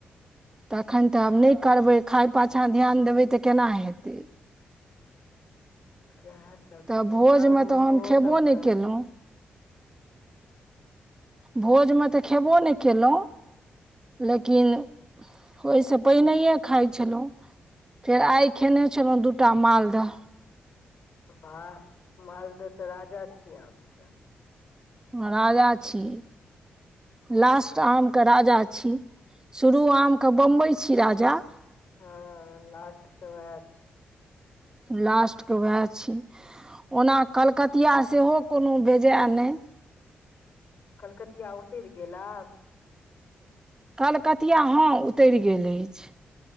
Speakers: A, on the right; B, on the left.
A: तखैन त आब नहि करबै खाय पाछाँ ध्यान देबै त केना हेतै।
B: सएह सब
A: त
B: छै
A: भोजमे
B: गाममे
A: त
B: सेहो
A: हम खयबो
B: सबके
A: नहि कयलहुँ। भोजमे त खेबो नहि केलहुँ लेकिन ओहिसँ पहिनहिए खाइ छलहुँ। फेर आइ खेने छलहुँ दू टा मालदह।
B: वाह मालदह त राजा छियै आम के।
A: राजा छी। लास्ट आमके राजा छी, शुरू आमके बम्बई छी राजा।
B: हँ लास्ट के वैह छी।
A: लास्टके वैह छी, ओना कलकतिया सेहो कोनो बेजाय नहि।
B: कलकतिया उतरि गेल आब।
A: कलकतिया, हँ उतरि गेल अछि।